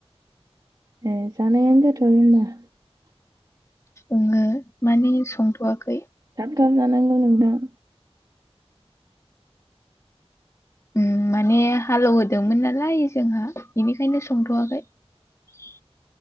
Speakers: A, on the right; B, on the left.
A: ए जानायानो जाथआखै होनबा।
B: ओङो माने संथ'वाखै
A: ओंखाम जानांगौ नोंथां।
B: ओम माने हालेवहोदोंमोन नालाय जोंहा बेनिखायनो संथ'वाखै। <unintelligible>